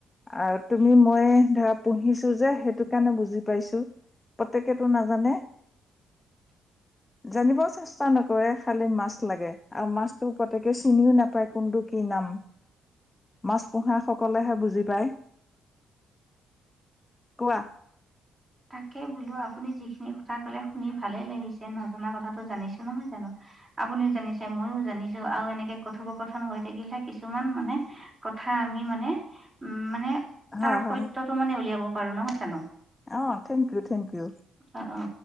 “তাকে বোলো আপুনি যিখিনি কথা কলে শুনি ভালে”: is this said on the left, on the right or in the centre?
Right